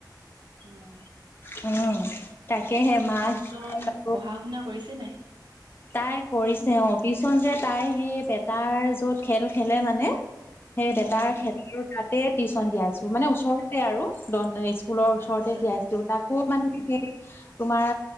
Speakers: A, on the right; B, on the left.
A: অহ
B: উম তাকেহে মাক
A: টিউচন
B: যাব
A: পঢ়া শুনা কৰিছে নাই।
B: তাই কৰিছে অ পিচোন যে তাই সেই বেটাৰ যত খেল খেলে মানে সেই বেতাৰ
A: অ',
B: খেতৰ তাতে টিউচন দিয়াই আছো মানে ওচৰতে আৰু স্কুলৰ ওচৰতে
A: আচ্ছা।
B: দিয়াইছিল তাক আকৌ মানে সেই তোমাৰ